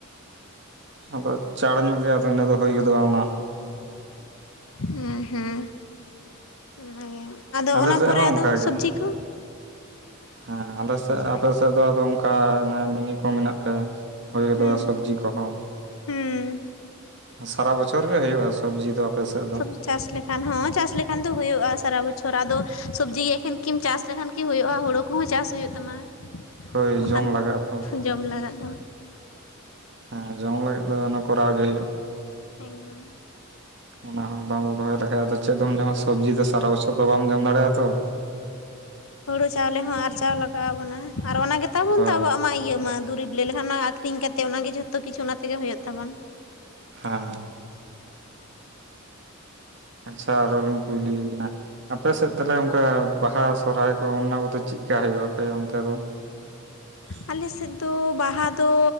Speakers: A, on the right; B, on the left.
A: ᱟᱫᱚ ᱪᱟᱲ ᱧᱚᱜ ᱜᱮ ᱟᱫᱚ ᱤᱱᱟᱹ ᱫᱚ ᱦᱩᱭ ᱜᱚᱫᱚᱜᱼᱟ ᱚᱱᱟ ᱦᱚᱸ᱾
B: ᱦᱩᱸ ᱦᱮᱸ ᱚᱱᱟᱜᱮ᱾ ᱟᱫᱚ
A: ᱟᱞᱮ
B: ᱚᱱᱟ
A: ᱥᱮᱫ
B: ᱯᱚᱨᱮ
A: ᱦᱚᱸ
B: ᱟᱫᱚ
A: ᱚᱱᱠᱟ ᱜᱮ
B: ᱥᱚᱵᱽᱡᱤ ᱠᱚ
A: ᱦᱮᱸ ᱟᱞᱮ
B: ᱟᱪᱪᱷᱟ
A: ᱥᱮᱫ, ᱟᱯᱮ ᱥᱮᱫ ᱫᱚ ᱟᱫᱚ ᱚᱱᱠᱟ ᱚᱱᱮ ᱢᱤᱱᱤ ᱠᱚ ᱢᱮᱱᱟᱜ ᱛᱮ ᱦᱩᱭ ᱜᱚᱫᱚᱜᱼᱟ
B: ᱦᱮᱸ
A: ᱥᱚᱵᱽᱡᱤ ᱠᱚᱦᱚᱸ।
B: ᱦᱮᱸ
A: ᱥᱟᱨᱟ ᱵᱚᱪᱷᱚᱨ ᱜᱮ ᱦᱩᱭᱩᱜᱼᱟ ᱥᱚᱵᱡᱤ ᱫᱚ ᱟᱯᱮ ᱥᱮᱫ ᱫᱚ
B: ᱥᱚᱵᱽᱡᱤ ᱪᱟᱥ ᱞᱮᱠᱷᱟᱱ ᱦᱚᱸ ᱪᱟᱥ ᱞᱮᱠᱷᱟᱱ ᱫᱚ ᱦᱩᱭᱩᱜᱼᱟ ᱥᱟᱨᱟ ᱵᱚᱪᱷᱚᱨ᱾ ᱟᱫᱚ ᱥᱚᱵᱽᱡᱤ ᱜᱮ ᱮᱠᱷᱮᱱ ᱠᱤᱢ ᱪᱟᱥ ᱞᱮᱠᱷᱟᱱ ᱠᱤ ᱦᱩᱭᱩᱜᱼᱟ? ᱦᱳᱲᱳ ᱠᱚᱦᱚᱸ ᱪᱟᱥ ᱦᱩᱭᱩᱜ ᱛᱟᱢᱟ।
A: <inaudible>
B: ᱵᱟᱠᱷᱟᱱ
A: ᱡᱚᱢ ᱞᱟᱜᱟᱜᱼᱟ ᱛᱚ
B: ᱡᱚᱢ ᱞᱟᱜᱟᱫ ᱫᱚ
A: ᱦᱮᱸ ᱡᱚᱢ ᱞᱟᱹᱜᱤᱫ ᱫᱚ ᱚᱱᱟ ᱠᱚᱨᱟᱣ ᱜᱮ ᱦᱩᱭᱩᱜᱼᱟ।
B: ᱮᱠᱫᱚᱢ।
A: ᱚᱱᱟ ᱦᱚᱸ ᱵᱟᱢ ᱨᱚᱦᱚᱭ ᱞᱮᱠᱷᱟᱡ, ᱟᱫᱚ ᱪᱮᱫ ᱫᱚᱢ ᱡᱚᱢᱟ? ᱥᱚᱵᱡᱤ ᱫᱚ ᱥᱟᱨᱟ ᱵᱚᱪᱷᱚᱨ ᱫᱚ ᱵᱟᱢ ᱡᱚᱢ ᱫᱟᱲᱮᱭᱟᱜᱼᱟ ᱛᱚ?
B: ᱦᱩᱲᱳ ᱪᱟᱣᱞᱮ ᱦᱚᱸ ᱟᱨᱡᱟᱣ ᱞᱟᱜᱟᱣ ᱟᱵᱚᱱᱟ᱾ ᱟᱨ ᱚᱱᱟ ᱜᱮ ᱛᱟᱵᱚᱱ
A: ᱦᱳᱭ
B: ᱛᱚ ᱟᱵᱚᱣᱟᱜ ᱢᱟ ᱤᱭᱟᱹᱜ ᱢᱟ ᱫᱩᱨᱤᱵᱽ, ᱞᱮᱟᱹᱭ ᱞᱮᱠᱷᱟᱱ ᱚᱱᱟ ᱟᱠᱷᱨᱤᱧ ᱠᱟᱛᱮ ᱚᱱᱟᱜ ᱜᱮ ᱡᱷᱚᱛᱚ ᱠᱤᱪᱷᱩ ᱚᱱᱟᱜᱮ ᱦᱩᱭᱩᱜ ᱛᱟᱵᱚᱱ᱾
A: ᱦᱮᱸ᱾ ᱟᱪᱪᱷᱟ ᱟᱨᱚ ᱞᱤᱧ ᱠᱩᱞᱤᱭᱮᱫ ᱵᱤᱱᱟ᱾ ᱟᱯᱮᱥᱮᱫ ᱛᱟᱦᱚᱞᱮ ᱚᱱᱠᱟ ᱵᱟᱦᱟ ᱥᱚᱦᱚᱨᱟᱭ ᱠᱚ, ᱚᱱᱟ ᱠᱚᱫᱚ ᱪᱮᱫᱠᱟ ᱦᱩᱭᱩᱜ ᱟᱯᱮ ᱚᱱᱛᱮ ᱫᱚ? <inaudible>
B: ᱟᱞᱮ ᱥᱮᱫ ᱫᱚ ᱵᱟᱦᱟ ᱫᱚ